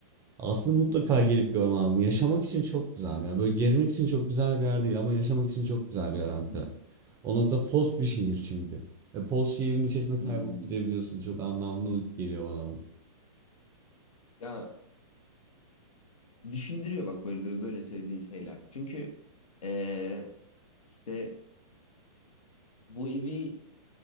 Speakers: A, on the right; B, on the left.
A: Aslında mutlaka gelip görmen lazım. Yaşamak için çok güzel bir yer. Böyle gezmek için çok güzel bir yer değil ama yaşamak için çok güzel bir yer Ankara.
B: Hı hı.
A: O nokta post bir şehir çünkü. Ve post şehrin içerisinde
B: Hmm.
A: kaybolup gidebiliyorsun. Çok anlamlı geliyor bana bu.
B: Ya düşündürüyor bak böyle böyle, böyle söylediğin şeyler. Çünkü e, işte bu evi